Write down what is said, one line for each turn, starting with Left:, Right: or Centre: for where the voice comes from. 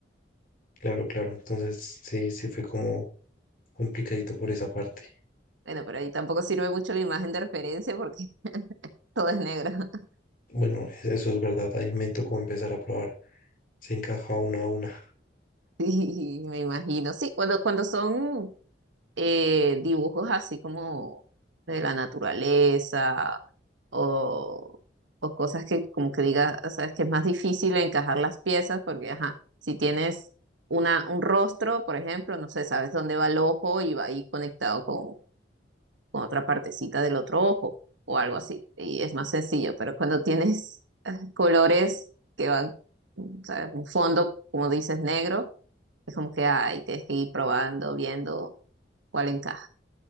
Left: claro, claro. Entonces, sí, sí fue como complicadito por esa parte.
Right: Bueno, pero ahí tampoco sirve mucho la imagen de referencia porque <laughs> todo es negro. <laughs>
Left: Bueno, e- eso es verdad. Ahí me tocó empezar a probar. Se encaja una a una.
Right: Sí, me imagino. Sí, cuando, cuando son eh, dibujos así como de la naturaleza o, o cosas que como que diga, o sea, es que es más difícil encajar las piezas porque, ajá, si tienes una, un rostro, por ejemplo, no sé, sabes dónde va el ojo y va ahí conectado con, con otra partecita del otro ojo o algo así, y es más sencillo, pero cuando <laughs> tienes ah, colores que van, mm, sabes, un fondo, como dices, negro, es como que, ay, tienes que ir probando, viendo cuál encaja.